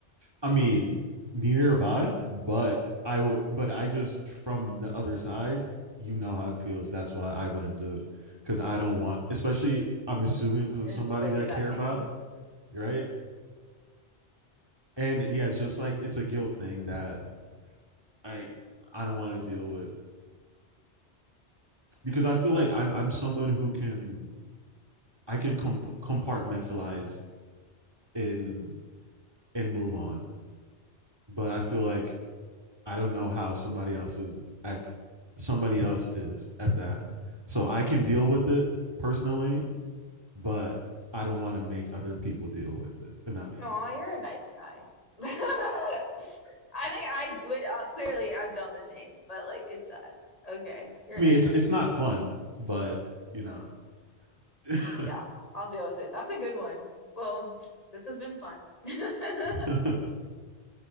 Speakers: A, on the right; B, on the left.
A: i mean neither have i but i would but i just from the other side you know how it feels that's why i wouldn't do it because i don't want especially i'm assuming this
B: And
A: is somebody
B: if like
A: that i care
B: that pain.
A: about right and yeah, it's just like it's a guilt thing that I I don't want to deal with because I feel like I'm I'm someone who can I can comp- compartmentalize and and move on, but I feel like I don't know how somebody else is at somebody else is at that. So I can deal with it personally, but I don't want to make other people deal with it. And that makes
B: Oh,
A: sense.
B: you're a nice guy. <laughs> I think I would uh, clearly I've done the same, but like it's sad. Okay, you're
A: I
B: a
A: mean,
B: nice
A: it's
B: guy.
A: it's not fun, but you know, <laughs>
B: Yeah, I'll deal with it. That's a good one. Well, this has been fun. <laughs> I've
A: yeah,